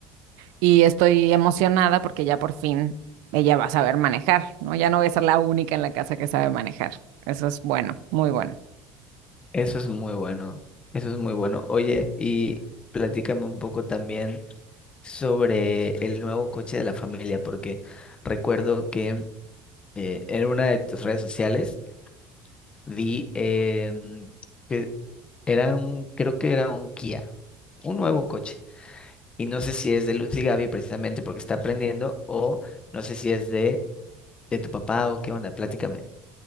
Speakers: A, on the right (about 75°); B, on the left (about 20°).
A: Y estoy emocionada porque ya por fin ella va a saber manejar, ¿no? Ya no voy a ser la única en la casa que sabe manejar. Eso es bueno, muy bueno.
B: eso es muy bueno. Eso es muy bueno. Oye, y platícame un poco también sobre el nuevo coche de la familia, porque recuerdo que eh, en una de tus redes sociales vi em, que Era un, creo que era un Kia, un nuevo coche. Y no sé si es de Lucy Gaby precisamente porque está aprendiendo, o no sé si es de, de tu papá o qué onda, platícame.